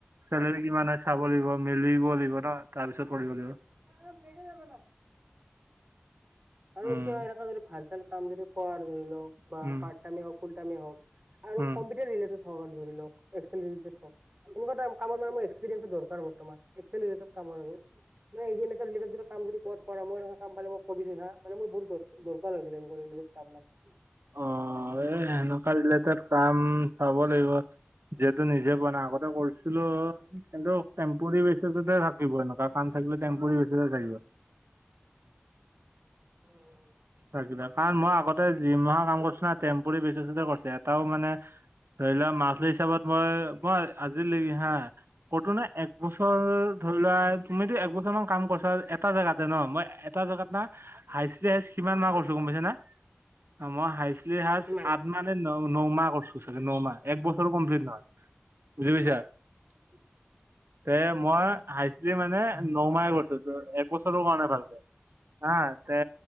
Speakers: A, on the right (about 70°); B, on the right (about 35°).
A: চেলাৰি কিমান হয় চাব লাগিব মিলিব লাগিব ন' তাৰ পিছত পঢ়িব লাগিব
B: অ অ পেকেট যাবে না আৰু
A: উম
B: কিয় এনো যদি ভাল চাল কাম খিনি কৰা ধৰি লওক বা
A: উম
B: পাৰ্ট টাইমে হওক ফুল টাইমে হক আৰু
A: উম
B: কম্পিউটাৰ ৰি অ' ধৰি লওক এনেকুৱাটা কাম মানে এক্সপিৰিয়েঞ্চ বৰ্তমান একামাৰ আৰু মান কাম ধ কত পই কাম প মই কো না মান মোৰ দৰকাৰ হৈছিলে এনেকুৱা ৰিলেটিভ কাম মানে
A: অ এই সেনেকুৱা ৰিলেটত কাম চাব লাগিব যিহেতু নিজে বনা আগতে কৈছিলোঁ। কিন্তু টেম্পৰী বেচিছতে থাকিব এনেকুৱা কাম থাকিলে টেম্পী বেচি থাকিব।
B: উম হুম।
A: থাকিলে, কাৰণ মই আগতে জিম মাহৰ কাম কৰিছো ন টেম্পুৰি বেচিছে কৰিছোঁ এটাও মানে ধৰি লোৱা মাজুলী হিচাপত মই- মই আজিলৈকি হা। কতো নে, এক বছৰ ধৰি লোৱা তুমিতো একবছৰ মান কাম কৰিছা এটা জেগাতে ন মই জেগাত না, হাই -হ কিমান মান কৰিছো গম পাইছে না, মই হাই হ
B: সিমান
A: মানে ন -ন মাহ কৰিছো চাগে নমাহ এক বছৰো কমপ্লিট নহয়, বুজি পুাইছা?
B: উম।
A: তে মই হাইটি মানে নমাহ কৰিছো ত এক বছৰৰ কাৰণে ভালকে। অ', তে।